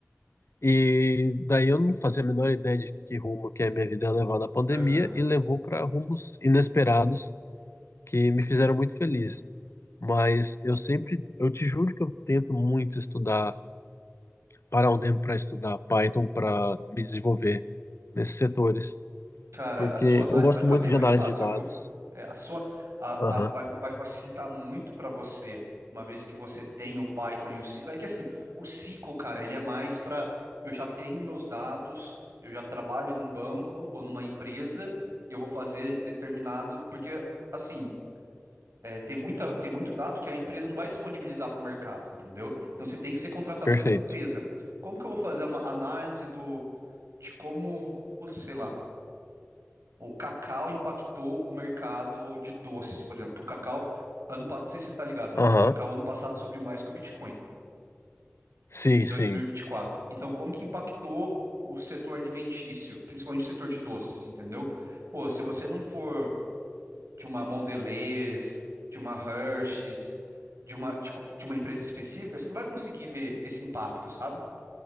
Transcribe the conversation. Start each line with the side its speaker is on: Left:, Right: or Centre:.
Left: E daí eu não fazia a menor ideia de que rumo que a minha vida ia levar na pandemia
Right: aham.
Left: e levou para rumos inesperados que me fizeram muito feliz. Mas eu sempre, eu te juro que eu tento muito estudar, parar um tempo para estudar Python para me desenvolver nesses setores,
Right: Cara,
Left: porque
Right: a sua análise
Left: eu gosto
Right: vai ficar
Left: muito
Right: bem
Left: de
Right: mais
Left: análise
Right: fácil,
Left: de dados.
Right: viu? É, a sua a,
Left: Aham,
Right: a- vai, vai facilitar muito para você, uma vez que você tem o Python e o SQL. É que assim, o SQL, cara, ele é mais para eu já tenho meus dados, eu já trabalho num banco ou numa empresa e eu vou fazer determinado, porque assim, é, tem muita, tem muito dado que a empresa não vai disponibilizar para o mercado, entendeu? Então você tem que ser contratado
Left: perfeito.
Right: dessa empresa. Como que eu vou fazer uma análise do de como, putz, sei lá o cacau impactou o mercado de doces, por exemplo, que o cacau, ano, pa- não sei se você está ligado,
Left: Aham,
Right: ano- o cacau ano passado subiu mais que o Bitcoin,
Left: sim,
Right: em 2024.
Left: sim.
Right: Então, como que impactou o setor alimentício, principalmente o setor de doces, entendeu? Pô, se você não for de uma Mondelez, de uma Hershey's, de uma, de, co- de uma empresa específica, você não vai conseguir ver esse impacto, sabe?